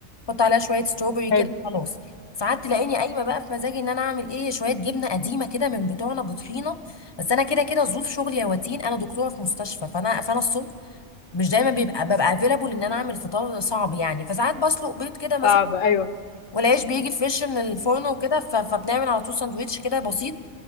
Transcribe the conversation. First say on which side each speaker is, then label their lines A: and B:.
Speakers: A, on the left (about 25°); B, on the left (about 85°).
A: بحط عليها شويه ستروبري
B: حلو
A: كده خلاص ساعات تلاقيني قايمه بقى في مزاجي ان انا اعمل ايه شويه جبنه قديمه كده من بتوعنا بطحينه بس انا كده كده ظروف شغلي يا واتين انا دكتوره في مستشفى فانا فانا الصبح مش دايما بيبقى ببقى افيلابل ان انا اعمل فطار صعب يعني فساعات بسلق بيض كده مثلا
B: صعب ايوه
A: والعيش بيجي فريش من الفرن وكده ف- فبنعمل على طول ساندوتش كده بسيط